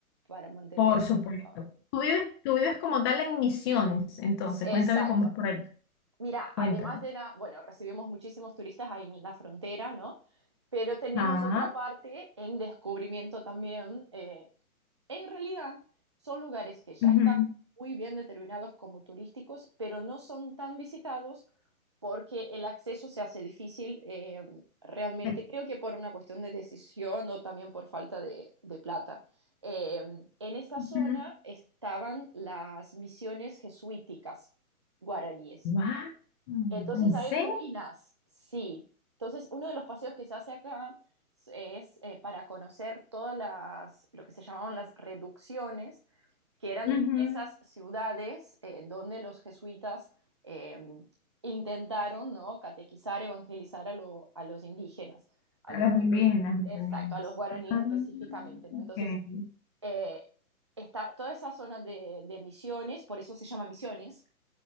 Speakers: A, on the right; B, on the left.
A: para mantener
B: Por
A: una...
B: supuesto.
A: um,
B: Tú vives, tú vives como tal en Misiones, entonces,
A: Exacto.
B: cuéntame cómo es por allá.
A: Mira,
B: Cuéntame.
A: además de la, bueno, recibimos muchísimos turistas ahí en la frontera, ¿no? Pero tenemos
B: Ah,
A: otra parte en descubrimiento también, eh, En realidad, son lugares que ya
B: ujú.
A: están muy bien determinados como turísticos, pero no son tan visitados porque el acceso se hace difícil eh, realmente,
B: Sí.
A: creo que por una cuestión de decisión o también por falta de, de plata. Eh, en esta zona
B: Ujú.
A: estaban las misiones jesuíticas guaraníes.
B: Guau, ¿en
A: Entonces
B: serio?
A: hay ruinas, sí. Entonces uno de los paseos que se hace acá es eh, para conocer todas las, lo que se llamaban las reducciones, que eran
B: Ujú.
A: esas ciudades eh, donde los jesuitas eh, intentaron, ¿no? catequizar, evangelizar a, lo- a los indígenas, a
B: A
A: los
B: los
A: pueblos,
B: indígenas, ordenados.
A: exacto, a los guaraníes
B: Ah,
A: específicamente, ¿no?
B: ok.
A: Entonces, eh, está toda esa zona de, de misiones, por eso se llama misiones,